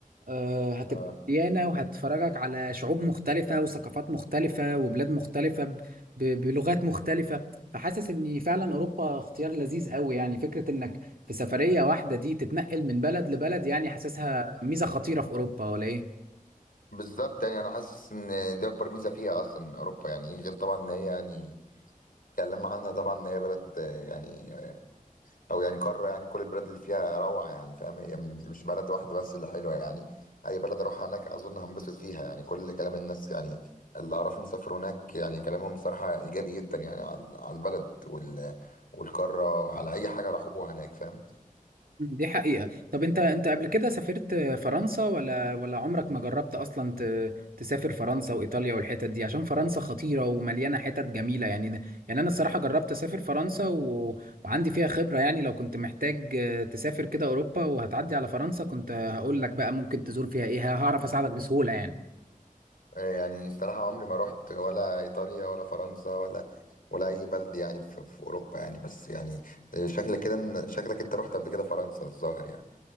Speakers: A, on the right (about 80°); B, on the left (about 80°).
A: آه، هتبقى
B: اه
A: مليانة وهتفرجك على شعوب مختلفة وثقافات مختلفة وبلاد مختلفة ب- ب- بلغات مختلفة فحاسس ان فعلا اوروبا اختيار لذيذ قوي يعني فكرة انك في سفرية واحدة دي تتنقل من بلد لبلد يعني حاسسها ميزة خطيرة في اوروبا ولا ايه؟
B: بالظبط يعني انا حاسس ان دي اكبر ميزه فيها اصلا اوروبا يعني غير طبعا ان هي يعني اتكلمنا عنها طبعا ان هي بلد آه، يعني آه، او يعني قاره يعني كل البلاد اللي فيها روعه يعني فاهم هي م- مش بلد واحده بس اللي حلوه يعني اي بلد اروحها هناك اظن هنبسط فيها يعني كل كلام الناس يعني اللي اعرفهم سافروا هناك يعني كلامهم صراحه ايجابي جدا يعني على على البلد وال والقاره على اي حاجه راحوها هناك فاهم
A: دي حقيقة طب انت انت قبل كده سافرت فرنسا ولا ولا عمرك ما جربت اصلا ت... تسافر فرنسا وايطاليا والحتت دي عشان فرنسا خطيرة ومليانة حتت جميلة يعني يعني انا الصراحة جربت اسافر فرنسا و... وعندي فيها خبرة يعني لو كنت محتاج تسافر كده اوروبا وهتعدي على فرنسا كنت هقول لك بقى ممكن تزور فيها ايه هعرف اساعدك بسهولة يعني
B: آه، يعني الصراحه عمري ما رحت ولا ايطاليا ولا فرنسا ولا ولا اي بلد يعني في, في اوروبا يعني بس يعني آه، شكلك كده إن- شكلك انت رحت قبل كده فرنسا الظاهر يعني